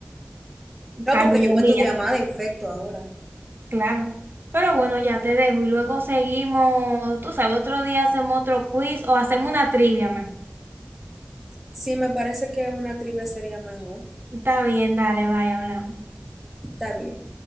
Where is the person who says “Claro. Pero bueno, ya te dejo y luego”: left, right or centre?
Right